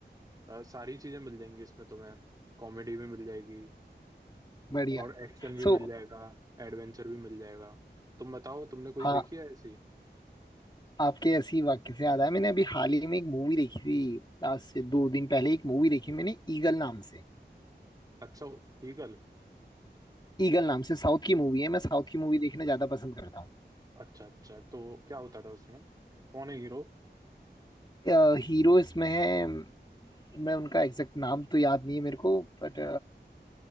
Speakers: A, on the right (about 20°); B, on the left (about 25°).
A: अ, सारी चीजें मिल जाएंगी इसमें तुम्हें कॉमेडी भी मिल जाएगी
B: बढ़िया
A: और एक्शन भी
B: सो
A: मिल जाएगा एडवेंचर भी मिल जाएगा तुम बताओ तुमने कोई
B: हाँ
A: देखी है ऐसी
B: आपके ऐसी वाक्य से याद आया मैंने अभी हाल ही में एक मूवी देखी थी आज से दो दिन पहले एक मूवी देखी मैंने ईगल नाम से
A: अच्छा ईगल
B: ईगल नाम से साउथ की मूवी है मैं साउथ की मूवी देखना ज्यादा पसंद करता
A: अच्छा अच्छा तो क्या होता था उसमें कौन है हीरो
B: हूँ हीरो इसमें है मैं उनका एग्जैक्ट नाम तो याद नहीं है मेरे को बट